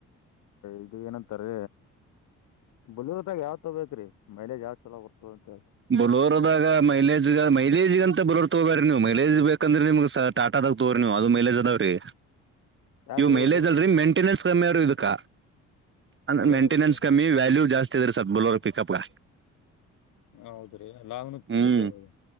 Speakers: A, on the left; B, on the right.
A: ಇದು ಏನಂತಾರೀ ಬುಲೂರದಾಗ ಯಾವದ ತೊಬೇಕ ರೀ ಮೈಲಜ್ ಯಾವ್ ಚಲೋ ಬರ್ತದ ಅಂತೆ
B: ಬಲೋರ್ದಾಗ ಮೈಲೇಜ್ಗ ಮೈಲೇಜ್ಗಂತ ಬಲೋರ್ ತಗೋಬೇಡರಿ ನೀವು ಮೈಲೇಜ್ ಬೇಕಂದ್ರೆ ನಿಮ್ಗ್ ಸರ್ ಟಾಟದಾಗ ತೋರಿ ನೀವು ಅದು ಮೈಲೆಜ ಅದಾವ್ರಿ
A: ಯಾಕ್ರಿ
B: ಇವು ಮೈಲೇಜ್
A: ಇದು
B: ಅಲ್ರಿ ಮೇಂಟೆನೆನ್ಸ್ ಕಮ್ಮಿ ಆವರೀ ಇದಕ್ಕ ಅಂದ್ರೆ
A: ಬಲೂರಗ್ರಿ
B: ಮೇಂಟೆನೆನ್ಸ್ ಕಮ್ಮಿ ವ್ಯಾಲ್ಯೂ ಜಸ್ ಇದದೆೀ ಸರ್ ಬಲೂರ್ ಪಿಕಪ್ಗ
A: ಹೌದ್ರೀ ಅ ಲ್ುೂ
B: ಹ್ಮ್
A: ನಡಿತತದ